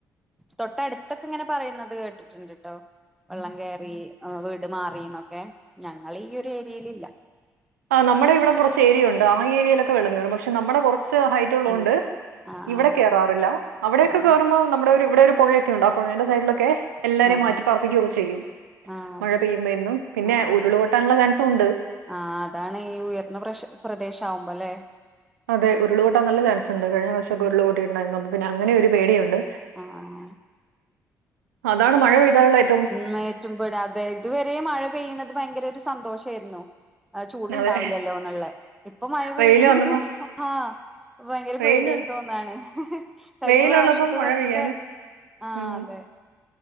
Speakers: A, in the centre; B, on the right (about 80°).
A: തൊട്ടടുത്തൊക്കെ ഇങ്ങനെ പറയുന്നത് കേട്ടിട്ടുണ്ട്ട്ടോ. വെള്ളം കേറി ആഹ് വീട് മാറീന്നൊക്കെ. ഞങ്ങളെ ഈ ഒരു ഏരിയേലില്ല.
B: ആഹ് നമ്മടെ ഇവിടെ കൊറച്ച് ഏരിയ ഉണ്ട്. ആഹ് ഏരിയയിലൊക്കെ വെള്ളം കേറും. പക്ഷെ നമ്മടെ കൊറച്ച് ഹൈ ട്ടുള്ളോണ്ട്
A: ഉം ആഹ്
B: ഇവിടെ കേറാറില്ല. അവിടെക്കെ
A: ആഹ്
B: കേറുമ്പോ നമ്മുടെ ഇവിടെ ഒരു പുഴ ക്കേണ്ട്. ആഹ് പൊഴേന്റെ സൈഡിലൊക്കെ എല്ലാരേം
A: ആഹ്
B: മാറ്റിപ്പാർപ്പിക്കൊക്കെ ചെയ്യും.
A: ആഹ് ആഹ് ആഹ് അതെ
B: മഴ പെയ്യുമ്പേ എന്നും പിന്നെ
A: ആഹ് ആഹ്
B: ഉരുള് പൊട്ടാനുള്ള ചാൻസുണ്ട്.
A: ആഹ് അതാണ് ഈ ഉയർന്ന പ്രഷ പ്രദേശം ആവുമ്പോ അല്ലേ.
B: അതെ ഉരുൾ പൊട്ടാൻ നല്ല ചാൻസ് ഇണ്ട്. കഴിഞ്ഞ പ്രാവശ്യക്കെ
A: ഉം
B: ഉരുൾ പൊട്ടിയിട്ടുണ്ടായിരുന്നു. അപ്പൊ പിന്നെ അങ്ങനെ ഒരു പേടിയുണ്ട്.
A: ആഹ്
B: അതാണ് മഴ പെയ്താലുള്ള ഏ
A: ഉം ഏറ്റവും പേടി അതായിട്ട് വെരെ മഴ പെയ്യ്ണത് ഭയങ്കര ഒര് സന്തോഷേയിരുന്നു. ആ ചൂടുണ്ടാവില്ലല്ലോന്നുള്ളെ.
B: അതെ
A: ഇപ്പൊ മഴ പെയ്യുന്നത്
B: വെയില് വന്നപ്പോ
A: ആഹ് ഇപ്പൊ ഭയങ്കര
B: വെയില്
A: പേടിയായി തോന്ന് ആണ്. ഇഹ് ഇഹ് കഴിഞ്ഞ
B: വെയിലുള്ളപ്പോ
A: പ്രാവശ്യത്തതൊക്കെ
B: മഴ പെയ്യാനും
A: ആഹ്
B: ഉം
A: അതെ.